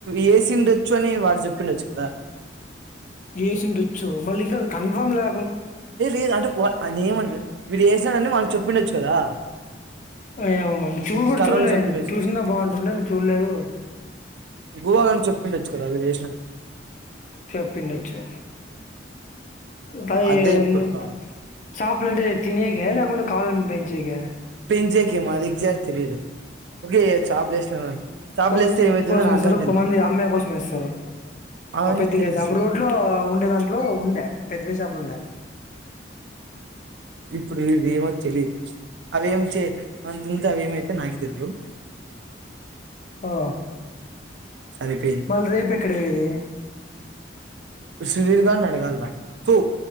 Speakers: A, on the right; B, on the left.
A: వేసి ఉండొచ్చు అని వాడు చెప్పిండొచ్చు కదా
B: యేసుండొచ్చు మళ్ళీ ఇంకా కన్ఫామ్ లే
A: ఏ లేదు అంటే వా అది ఏమంటున్న వీడు వేసిడు అని వాని కి చెప్పిండొచ్చు కదా
B: ఏమమ్ నేను చూడు కూడా
A: కర్రోనికి
B: చూడలేదు
A: చెప్పిండొచ్చు
B: చూస్తున్న బాగుంటుండే ను చూడలేదు
A: గోవాగానికి చెప్పిండొచ్చు కదా అవి చేశానని
B: చెప్పిండచ్చు పదిమ్
A: అదే ఇప్పుడు ప్రాబ్లం
B: చాపలు అంటే తినేక లేకుంటె కాలం పెంచేక
A: పెంచేకేమో అది ఎగ్జాట్ తెలీదు ఓకే చాపలు వేసినామని చాపలు
B: కొమంది
A: వేస్తే
B: లుక్
A: ఏమైతుందో
B: కోసం
A: నాకుగాని
B: ఏస్తరు
A: తెలిదు
B: కొమంది అమ్మాయి కోసం ఏస్తరు
A: అవన్నీ
B: అవ్ పెద్ది
A: తెలుసు
B: గ అప్ రోడ్ లో ఉండే దాంట్లో ఉండే పెద్దవి చేపలు ఉండే
A: ఇప్పుడు ఇది ఏమో తెలీదు అవేం చే మన దుంతే అవి ఏమైతే నాకే తెలీదు
B: ఆ
A: సరిపోయింది
B: మళ్ రేపు ఎక్కడ పోయేది
A: సుదీర్గాన్నీ అడగాల్ల తూ